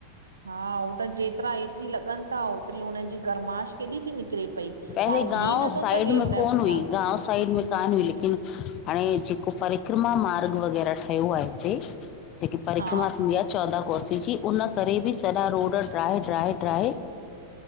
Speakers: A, on the right (about 70°); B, on the left (about 35°).
A: हा हो त जेतिरा एसी लॻनि ता ओतिरी हुननि जी गरमाश केॾी थी निकिरे पई
B: पहले
A: माण्हू
B: गांव
A: बीह नथो
B: साइड
A: सघे
B: में
A: हुनजे
B: कोन
A: पुठियां
B: हुई गांव साइड में कान हुई लेकिन। हाणे जेको परिक्रमा मार्ग वग़ैराह ठहियो आ हिते जेकी परिक्रमा
A: हा
B: थींदी आ चौदाहं कोसी जी उन करे बि सॼा रोड ड्राए ड्राए ड्राए